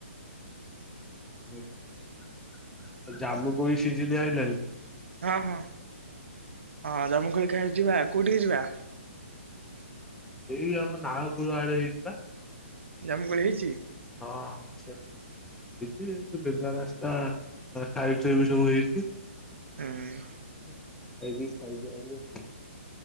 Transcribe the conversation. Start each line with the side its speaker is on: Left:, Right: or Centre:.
Centre: ହଁ ଜାମୁ କୋଳି ସିଝିନି ଆଇିଲଣି।
Right: ହଁ ହଁ ହଁ ଜାମୁ କୋଳି ଖାଇବାକୁ ଯିବା ।କୋଉଠିକୁ ଯିବା?
Centre: ଏଇ ଆମ ନାଳକୁଳ ଆଡେ ହେଇଚିପା।
Right: ଜାମୁକୋଳି ହେଇଛି?
Centre: ହଁ ସେ ଯିବି ଏଇ ବେବ ରାସ୍ତା ତା ସାଇଟ ରେ ବି ସବୁ ହେଇଛି।
Right: ହୁଁ
Centre: ଖାଇକି ସୈକି ଆଇଲୁ। ହୁଁ।